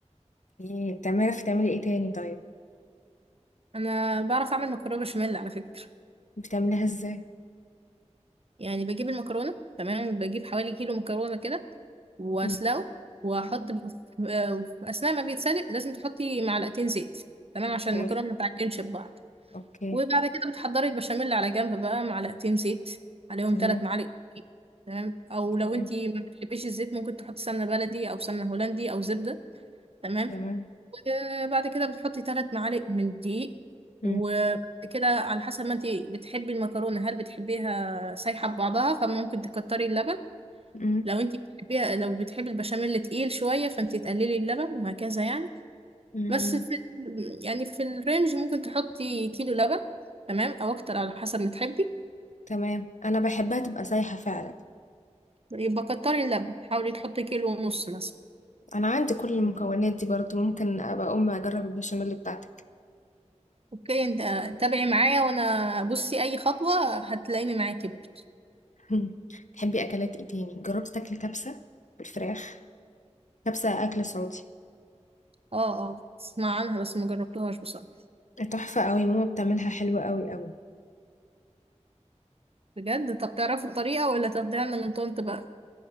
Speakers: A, on the left (about 85°); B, on the right (about 55°).
A: ايه بتعرفي تعملي ايه تاني طيب
B: انا بعرف اعمل مكرونه بشاميل على فكره
A: بتعمليها ازاي
B: يعني بجيب المكرونه تمام بجيب حوالي كيلو مكرونه كده واسلقه
A: مم.
B: واحط في آه، في اثناء ما بيتسلق لازم تحطي معلقتين زيت تمام عشان
A: اوكي
B: المكرونه ما تعجنش ببعض
A: اوكي
B: وبعد كده بتحضري البشاميل على جنب بقى معلقتين زيت عليهم
A: تمام
B: ثلاث معالق دقيق، تمام او
A: تمام
B: لو انتي ما بتحبيش الزيت ممكن تحطي سمنه بلدي او سمنه هولندي او زبده تمام
A: تمام
B: آه، بعد كده بتحطي ثلاث معالق من الدقيق
A: مم.
B: وبعد كده على حسب ما انت بتحبي المكرونه هل بتحبيها سايحه ببعضها فممكن تكتري اللبن
A: مم.
B: لو انت بتحبيها لو بتحبي البشاميل تقيل شويه فانت تقللي اللبن وهكذا يعني
A: مم.
B: بس في يعني في الرينج ممكن تحطي كيلو لبن تمام او اكتر على حسب ما تحبي
A: تمام انا بحبها تبقى سايحة فعلا
B: يبقى كتري اللبن حاولي تحطي كيلو ونص مثلا
A: انا عندي كل المكونات دي برضو ممكن ابقى اقوم اجرب البشاميل بتاعتك
B: اوكي انت تابعي معايا وانا بصي اي خطوه هتلاقيني معاكي برضه
A: <laughs> تحبي اكلات ايه تاني جربت تاكلي كبسه بالفراخ كبسه اكل سعودي
B: اه اه اسمع عنها بس ما جربتهاش بصراحة
A: تحفه قوي ماما بتعملها حلوه قوي قوي
B: بجد طب تعرفوا الطريقة ولا تاخديها لنا من طنط بقى